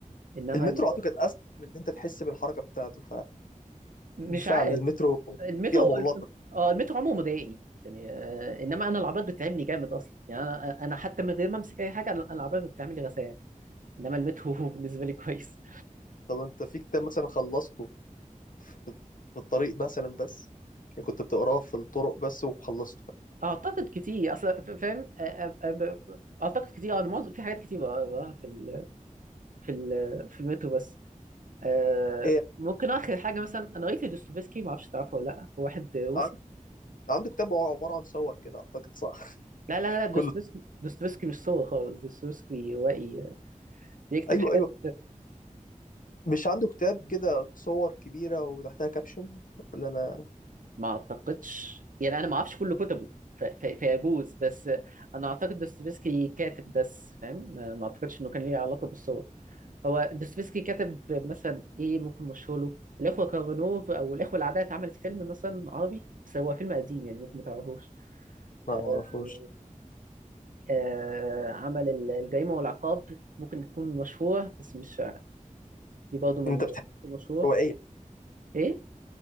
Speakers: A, on the right (about 75°); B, on the left (about 75°).
A: انما
B: المترو
A: ال-
B: أعتقد أسهل من إن أنت تحس بالحركة بتاعته
A: مش
B: ففعلا
A: عارف
B: المترو
A: المترو
B: بيئة مغلقة
A: اه المترو عمره ما ضايقني يعني آه، انما انا العربيات بتتعبني جامد اصلا يعني انا انا حتى من غير ما امسك اي حاجه انا أنا العربيات بتعمل لي غثيان انما المترو <laughs> بالنسبه لي كويس
B: طب أنت في كتاب مثلا خلصته في في الطريق مثلا بس يعني كنت بتقراه في الطرق بس وخلصته
A: اعتقد كتير اصل ف- فاهم أ- أ- أ- اعتقد كتير آه، انا معظم في حاجات كتير بقراها في ال... في ال... في المترو بس أه
B: ايه
A: ممكن اخر حاجه مثلا انا قريت لدوستويفسكي ما اعرفش تعرفه ولا لا هو واحد روسي
B: عن- عنده كتاب هو عبارة عن صور كده اعتقد صح
A: لا لا
B: <laughs>
A: لا دوستويفسكي
B: كله
A: دوستويفسكي مش صور خالص دوستويفسكي روائي بيكتب
B: ايوه
A: حاجات
B: ايوه مش عنده كتاب كده صور كبيرة وتحتها كابشن ولا انا
A: ما اعتقدش يعني انا ما اعرفش كل كتبه ف- ف- فيجوز بس انا اعتقد دوستويفسكي كاتب بس فاهم ما ما اعتقدش انه كان ليه علاقه بالصور هو دوستويفسكي كاتب مثلا ايه ممكن مشهور له الاخوه كارامازوف او الاخوه العادية اتعملت فيلم مثلا عربي بس هو فيلم قديم يعني ممكن ما تعرفوش
B: لا ما
A: آه
B: اعرفوش
A: آه، عمل ال- الجريمه والعقاب ممكن تكون مشهوره بس مش دي برضه من
B: انت بتحب
A: مشهوره
B: الروائية
A: ايه